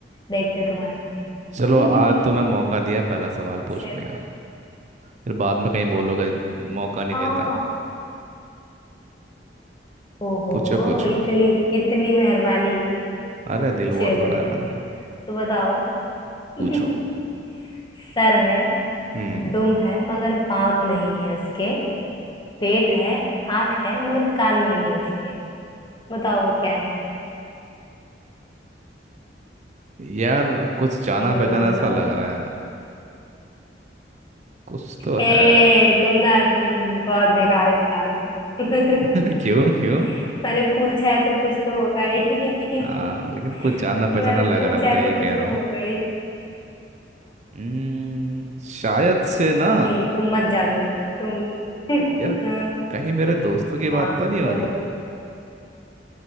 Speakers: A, on the left; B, on the right.
A: देखते हैं तुम्हारा भी
B: चलो आज तो
A: <laughs>
B: मैं मौका दिया पहला सवाल पूछने
A: चलो
B: का फिर बाद में कहीं बोलोगे मौका नहीं
A: हाँ
B: देता
A: ओहो
B: पूछो
A: हो
B: पूछो
A: हो इतनी इतनी मेहरबानी
B: अरे दिल बहुत
A: चलो
B: बड़ा है
A: फिर
B: मेरा
A: तो बताओ <laughs>
B: पूछो
A: सर है
B: हम्म
A: दुम है मगर पाँव नहीं है उसके पेट है आंख है मगर कान नहीं है उसके बताओ वो क्या है
B: यार कुछ जाना
A: बोलो
B: पहचाना
A: बोलो
B: सा लग रहा है कुछ तो
A: ए
B: है
A: तुम ना तुम बहुत बेकार इंसान हो <laughs>
B: <laughs> क्यों क्यों
A: मैंने पूछा है तो कुछ तो होगा ही
B: हाँ
A: <laughs>
B: लेकिन कुछ जाना पहचाना
A: मैंने
B: लग
A: पूछा
B: रहा है मैं तो
A: है
B: ये
A: तो
B: कह
A: कुछ
B: रहा
A: तो
B: हूँ
A: होगा ही
B: हम्म, शायद से ना
A: नहीं तुम मत जानो तुम <laughs>
B: यार
A: हाँ
B: कहीं मेरे दोस्तों की बात
A: हाँ,
B: तो नहीं हो
A: बोलो
B: रही